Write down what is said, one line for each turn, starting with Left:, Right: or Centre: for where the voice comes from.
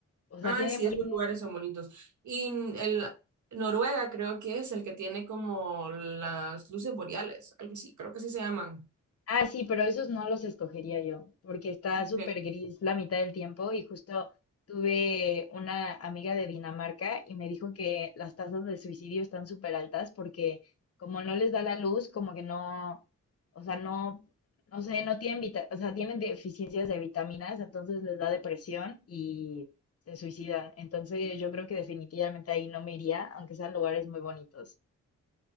Left: o sea,
Right: ah,
Left: tienen
Right: sí,
Left: buen
Right: esos lugares son bonitos. Y n- el Noruega creo que es el que tiene como las luces boreales, algo así, creo que así se llaman.
Left: Ah, sí, pero esos no los escogería yo, porque está
Right: ok,
Left: súper gris la mitad del tiempo y justo tuve una amiga de Dinamarca y me dijo que las tasas de suicidio están súper altas porque como no les da la luz, como que no, o sea, no, no sé, no tienen vita- o sea, tienen deficiencias de vitaminas, entonces les da depresión y se suicidan. Entonces yo creo que definitivamente ahí no me iría, aunque sean lugares muy bonitos.